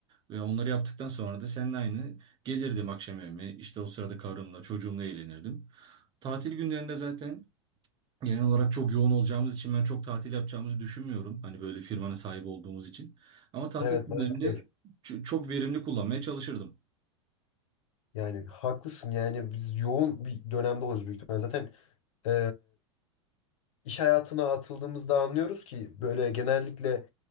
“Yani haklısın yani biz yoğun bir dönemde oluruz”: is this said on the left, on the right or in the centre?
Left